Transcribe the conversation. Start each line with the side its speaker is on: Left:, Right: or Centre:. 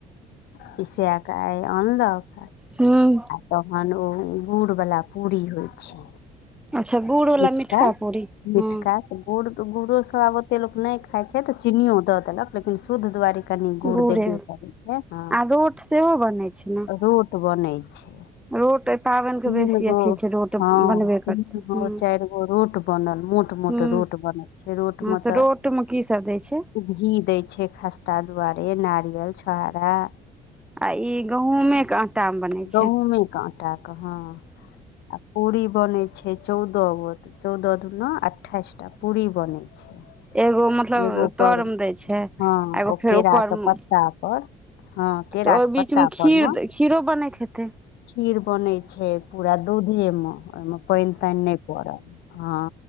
Left: पीसा क आइ अनलक।
Centre: हुं।
Left: तहन ओ गुड़ बला पूरी होइ छै।
Centre: अच्छा गुड़ वला
Left: मिठका
Centre: पूरी
Left: मिठका
Centre: हूँ
Left: गुड़ गुड़ो सब आब ओते लोक नहि खाइ छै तऽ चीनीयो दऽ देलक लेकिन शुद्ध दुआरे कनी गुड़
Centre: गुड़े
Left: देबे करै छै हँ।
Centre: आ रोट सेहो बनै छै ने।
Left: रोट बनै छै।
Centre: रोट एहि पाबनिके
Left: तीन
Centre: बेसी
Left: गो
Centre: अथी छै रोट
Left: हँ
Centre: बनबे करतै
Left: तीन गो
Centre: हूँ
Left: चारि गो रोट बनल मोट मोट
Centre: हूँ
Left: रोट बनै छै रोटमे
Centre: हँ तऽ
Left: तऽ
Centre: रोटमे की सब दै छै
Left: घी दय छै खस्ता दुआारे नारियल छहारा।
Centre: आ इ गहूँमे के आटा मे बनेय
Left: गहुँमेक आटा क हँ। आ पूड़ी बनै छै चौदह गो त चौदह दुन अठाइस टा तऽ पूरी बनै छै।
Centre: एगो मतलब
Left: एगो
Centre: तरमे
Left: पर
Centre: दै छै आ
Left: हँ
Centre: एगो
Left: ओ
Centre: फेर
Left: केराके
Centre: ऊपरमे
Left: पत्तापर हँ केराक
Centre: तऽ ओहि
Left: के
Centre: बीचमे
Left: पत्ता
Centre: खीर
Left: पर म
Centre: खीरो बनैत हेतै
Left: खीर बनैत छै पूरा दूधे मे ओहिमे पानि तानि नहि परैल हँ।